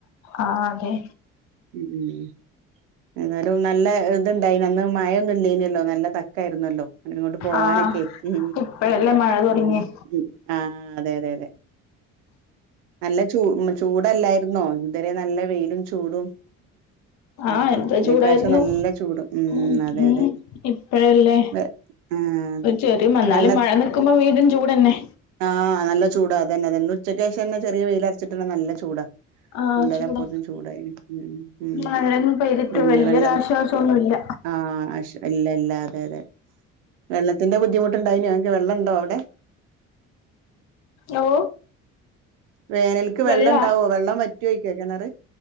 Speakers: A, on the left (about 45°); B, on the right (about 65°).
A: ആ അതെ
B: ഉം ഉം ഏതാലും നല്ല ഇതുണ്ടായി അന്ന് മഴൊന്നുംല്ലനല്ലോ നല്ല ത ണുപ്പാ യിന്നല്ലോ അയിന കൊണ്ട് പോവാനൊക്കെ
A: ആഹ്
B: ഉ
A: ഇപ്പഴല്ലേ മഴ തുടങ്ങിയേ
B: അതന്നെ ഉ ആ അതെ അതെ അതെ നല്ല ചൂ ചൂടല്ലയി ന്നോ ഇതുരെ നല്ല വെയിലും ചൂടും ഉം
A: ആഹ് എന്താ
B: ഇന്ന്
A: ചൂടായിരുന്നു.
B: ഇപ്രാവശ്യം നല്ല ചൂടും
A: ഉം
B: അതെ
A: ഉ
B: അതെ
A: ഇപ്പഴല്ലേ
B: വെ ആഹ് അതെ
A: ചെറിവന്നാലും
B: വെള്ള
A: മഴ നിക്കുമ്പോ വീണ്ടും ചൂട്ന്നെ.
B: ആഹ് നല്ല ചൂടാ അതന്നെ അതന്നെ ഉച്ചക്കശന്നെ ചെറിയ വെയിൽ അടിച്ചിട്ട് നല്ല ചൂടാ.
A: ആഹ്
B: ഉള്ളിലപ്പതും
A: ചൂടാ
B: ചൂടായിന്. ഉം
A: മഴയൊന്നും പെയ്തിട്ട്
B: പിന്നെ
A: വല്യൊരാശ്വാസൊന്നുല്ല
B: വെള്ളം ആഹ് അഷ് ഇല്ല ഇല്ല അതെ അതെ. വെള്ളത്തിന്റെ ബുദ്ധിമുട്ടുണ്ടായിന എനിക്ക് വെള്ളംണ്ടോ അവിടെ?
A: ഓ
B: വേനലിക്ക്
A: വെള്ളാ
B: വെള്ളം ഇണ്ടാവോ വെള്ളം വറ്റുവോയ്ക്കോ കിണറ്.